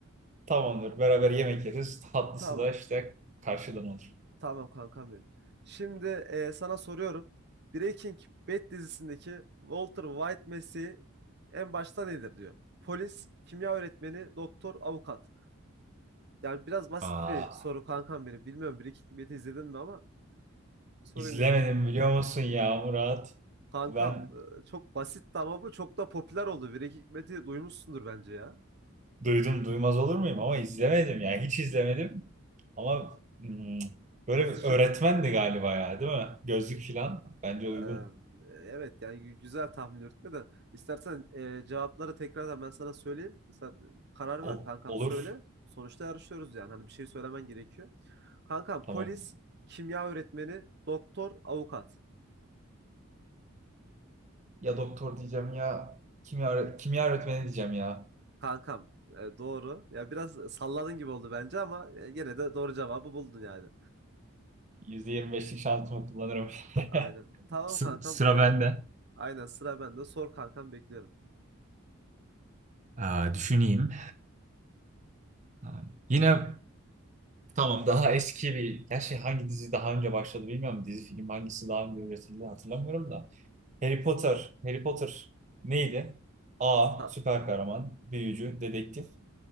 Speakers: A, on the right (about 35°); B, on the right (about 50°).
A: Tamamdır, beraber yemek yeriz. Tatlısı
B: Tamam.
A: da işte karşıdan olur.
B: Tamam kankam benim. Şimdi e, sana soruyorum. Breaking Bad dizisindeki Walter White mesleği en başta nedir diyor. Polis, kimya öğretmeni, doktor, avukat. Yani biraz basit
A: Aa,
B: bir soru kankam benim. Bilmiyorum Breaking Bad'i izledin mi ama sorayım
A: izlemedim
B: dedim.
A: biliyor musun ya Murat?
B: Kankam
A: Ben
B: e, çok basitti ama bu çok da popüler oldu. Breaking Bad'i duymuşsundur bence ya.
A: duydum duymaz olur muyum ama izlemedim yani hiç izlemedim. Ama hmm, böyle bir
B: Şık,
A: öğretmendi galiba ya değil mi? Gözlük falan bence
B: Ee,
A: uygun.
B: Evet yani gü- güzel tahmin yürütme de istersen e, cevapları tekrardan ben sana söyleyeyim. Sen e, karar
A: Ol-
B: ver kankam
A: olur,
B: söyle. Sonuçta yarışıyoruz yani hani bir şey söylemen gerekiyor. Kankam
A: tamam.
B: polis, kimya öğretmeni, doktor, avukat.
A: Ya doktor diyeceğim ya kimya, kimya öğretmeni diyeceğim ya.
B: Kankam e, doğru. Ya biraz salladın gibi oldu bence ama e, gene de doğru cevabı buldun yani.
A: yüzde yirmi beşlik şansımı kullanırım.
B: Aynen.
A: <laughs>
B: Tamam
A: Sı-
B: kankam.
A: sıra
B: e,
A: bende.
B: Aynen sıra bende. Sor kankam bekliyorum.
A: Aa, düşüneyim. Aa, yine Tamam daha eski bir... Gerçi hangi dizi daha önce başladı bilmiyorum. Dizi film hangisi daha önce üretildi hatırlamıyorum da. Harry Potter. Harry Potter neydi? A.
B: Sa-
A: Süper kahraman, büyücü, dedektif